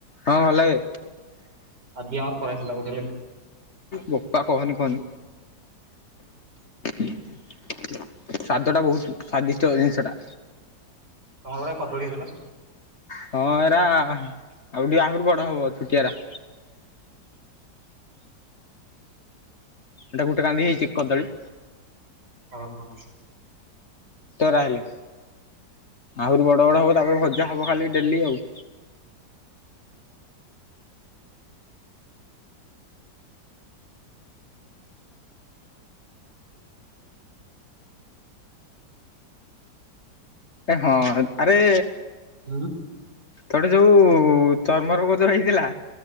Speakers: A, on the left (about 45°); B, on the right (about 65°).
A: ହଁ ଭଲ ଲାଗେ।
B: ଆଜି ଆମାର କରା ହେଇଥିଲା ଗୋଟେ ହେଲା କି।
A: ବୋପା କହନି କହନି। ସ୍ଵାଦ ଟା ବହୁତ ସ୍ଵାଦିଷ୍ଟ ଜିନିଷ ଟା।
B: ତମର ଗୁଟେ କଦଳୀ ହେଲା।
A: ହଁ ଏରା ଆଉ ଟିକେ ଆହୁରି ବଡ ହବ ଛୁଟିଆ ରା ଏଇଟା ଗୋଟେ କାନ୍ଧି ହେଇଛି କଦଳୀ।
B: ଓହୋ।
A: ତରା ହେଲେ ଆହୁରି ବଡ ବଡ ହବ ତାପରେ ଭଜା ହବ ଖାଲି ଡେଲି ଆଉ। ହଁ ଆରେ।
B: <inaudible>
A: ତୋଟେ ଯୋଉ ଚର୍ମ ରୋଗ ଯୋଉ ହେଇଥିଲା।